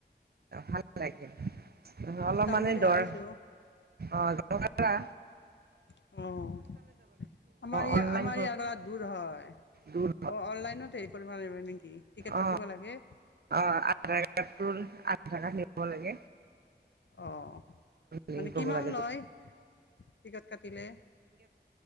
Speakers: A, on the right; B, on the left.
A: ভাল লাগিল
B: ময়ো
A: অলপ
B: যাম
A: মানে
B: বুলি
A: দৰ
B: ভাবিছোঁ
A: অ নোৱাৰা
B: অঁ আমাৰ ই
A: অনলাইন
B: আমাৰ <unintelligible> দূৰ হয়
A: দূৰ
B: অঁ অনলাইনত হেৰি কৰিব লাগিব নেকি টিকেট
A: অ
B: কাটিব লাগে
A: অ আ পেট্ৰল আ ভাড়া নিব লাগে
B: অহ
A: লিংক
B: মানে কিমান
A: কৰিব লাগে
B: লয় টিকট কাটিলে।